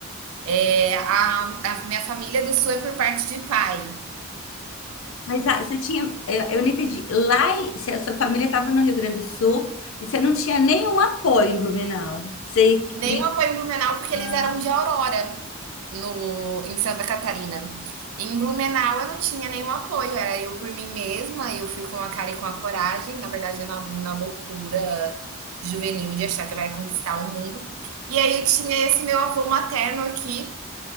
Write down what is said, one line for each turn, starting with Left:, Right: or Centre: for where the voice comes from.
Right: É, a, a minha família do sul é por parte de pai.
Left: Mas ah, você tinha, eu, eu não entendi. Lá, em- se a sua família estava no Rio Grande do Sul e você não tinha nenhum apoio em Blumenau. Você
Right: Nenhuma
Left: ia.
Right: foi em Blumenau porque eles
Left: ah,
Right: eram de Aurora, no, em Santa Catarina. em Blumenau eu não tinha nenhum apoio, era eu por mim mesma, eu fui com a cara e com a coragem, na verdade na, na loucura juvenil de achar que vai conquistar o mundo. E aí eu tinha esse meu avô materno aqui,